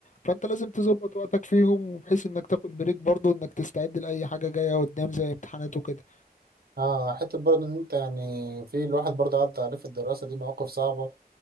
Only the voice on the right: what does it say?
اه حته برضه ان انت يعني في الواحد برضه عدى عليه في الدراسه دي مواقف صعبه